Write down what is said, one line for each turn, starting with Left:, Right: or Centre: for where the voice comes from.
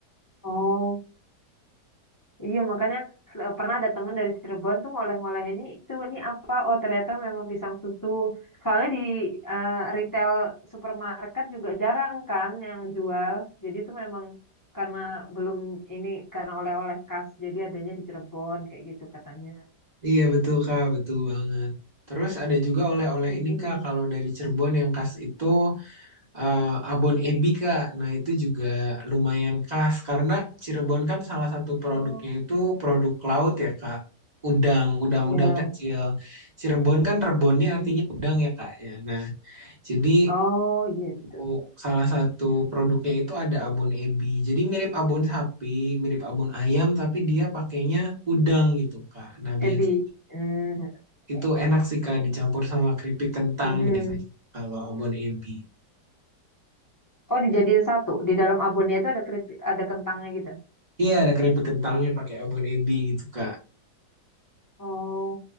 Left: Oh, iya makanya sel- pernah ada temen dari Cirebon tuh ngoleh-ngoleh ini itu ini apa? Oh, ternyata memang pisang susu. Soalnya di eh, retail supermarket juga jarang kan yang jual. Jadi itu memang karena belum ini karena oleh-oleh khas jadi adanya di Cirebon kayak gitu katanya.
Right: Iya betul Kak, betul banget. Terus ada juga oleh-oleh
Left: Mm-mm.
Right: ini Kak, kalau dari Cirebon yang khas itu eh, abon ebi Kak. Nah, itu juga lumayan khas karena Cirebon kan salah satu produknya
Left: Oh,
Right: itu produk laut ya, Kak. Udang, udang-udang
Left: iya.
Right: kecil. Cirebon kan rebonnya
Left: Mm-mm.
Right: artinya udang ya, Kak ya. Nah, jadi
Left: Oh, iya gitu.
Right: u- salah satu produknya itu ada abon ebi. Jadi mirip abon sapi, mirip abon ayam tapi dia pakainya udang gitu, Kak. Nah, biasa
Left: Ebi. Mm.
Right: itu enak sih, Kak, dicampur sama keripik kentang
Left: Mm-mm.
Right: biasanya kalau abon ebi.
Left: Oh, dijadiin satu. Di dalam abonnya itu ada kerip, ada kentangnya gitu.
Right: Iya, ada keripik kentangnya pakai abon ebi gitu, Kak.
Left: Oh,